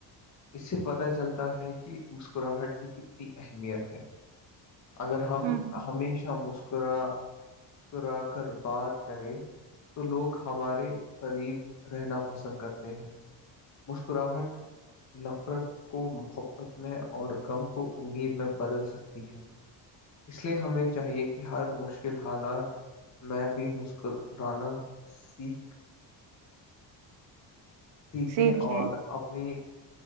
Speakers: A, on the left; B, on the right.
A: اس سے پتہ چلتا ہے کہ مسکراہٹ کی کتنی اہمیت ہے اگر
B: ہوں
A: ہم ہمیشہ مسکرا مسکرا کر بات کریں تو لوگ ہمارے قریب رہنا پسند کرتے ہیں مسکراہٹ نفرت کو محبت میں اور غم کو امید میں بدل سکتی ہے اس لیے ہمیں چاہیے کہ ہر مشکل حالات میں بھی مسکرانا سیکھ سیکھے
B: ٹھیک
A: اور
B: ہے
A: اپنی